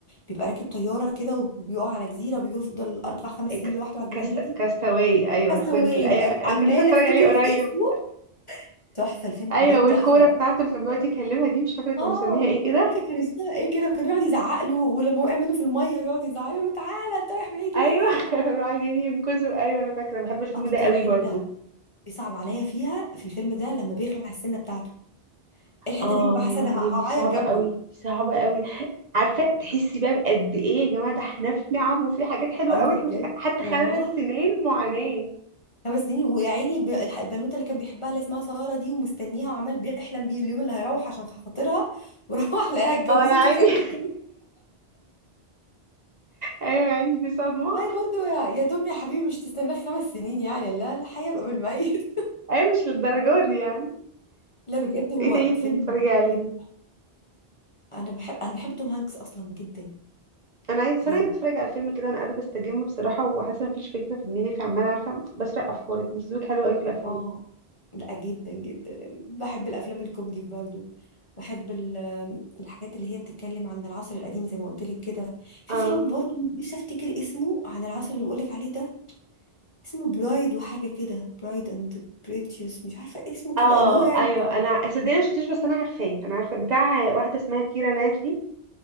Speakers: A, on the left; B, on the right.
A: بيبقى راكب طياره كده وبيقع على جزيره بيفضل اربع خمس
B: ك-
A: سنين لوحده على الجزيره
B: كاست كاستاوي
A: دي
B: ايوه
A: كاستاوي
B: كنت
A: ايوه
B: ايوه انا
A: عماله
B: كنت لسه اتفرج
A: افتكر
B: عليه قريب
A: في اسمه تحفه الفيلم
B: ايوه
A: ده
B: والكوره
A: تحفه تحفة.
B: بتاعته اللي كان بيقعد يكلمها دي مش فاكره كان
A: اه
B: مسميها ايه كده
A: فاكره كان اسمها ايه كده كان يقعد يزعق له ولما وقع منه في الميه يقعد يزعق له تعالى انت رايح بعيد
B: ايوه
A: ليه
B: <laughs> راح عايزين ينقذوا ايوه انا فاكره بحب الفيلم
A: اكتر
B: ده قوي
A: حته
B: برضو
A: بيصعب عليا فيها في الفيلم ده لما بيخلع السنه بتاعته الحته
B: اه
A: دي ببقى حاسه
B: يا مريم
A: ان هعيط
B: دي صعبه
A: جنبه
B: قوي دي صعبه قوي عارفه تحسي بقى بقد ايه يا جماعه ده احنا في نعم وفي حاجات حلوه
A: ايوه
B: قوي احنا
A: بجد
B: مش حتى
A: والله
B: خلع السنين معاناه
A: خمس سنين ويا عيني ب- الح- البنوته اللي كان بيحبها اللي اسمها ساره دي ومستنيها وعمال بيحلم بيه اليوم اللي هيروح عشان خاطرها <laughs> وروح لقاها اتجوزت
B: اه يا عيني
A: وخلفت
B: <laughs> ايوه يا عيني دي صدمه
A: باي برضو يا يا توم يا حبيبي مش تستناك خمس سنين يعني لا الحياه بقى بالميت
B: اي مش للدرجة دي يعني
A: <laughs> لا بجد هو
B: ايه تاني بتحبي
A: فيلم
B: تتفرجي عليه
A: فيلم انا بحب انا بحب توم هانكس اصلا جدا
B: انا عايزه بس
A: يعني
B: انا عايزه اتفرج على فيلم كده انا قاعده بستجم بصراحه وحاسه مفيش فكره في دماغي فعماله عارفه بسرق افكارك انت ذوقك حلو قوي في الافلام
A: اه لا جدا جدا يعني بحب الافلام الكوميدي برضو بحب ال- الحاجات اللي هي بتتكلم عن العصر القديم زي ما قلت لك كده في
B: اه
A: فيلم برضو نفسي افتكر اسمه عن العصر اللي بقولك عليه ده اسمه برايد وحاجة كده برايد اند بريتيوس مش عارفة اسمه كده
B: اه
A: اللي هو يعني
B: ايوه انا صدقني ما شفتوش بس انا عارفاه انا عارفه بتاع واحده اسمها كيرا ناتلي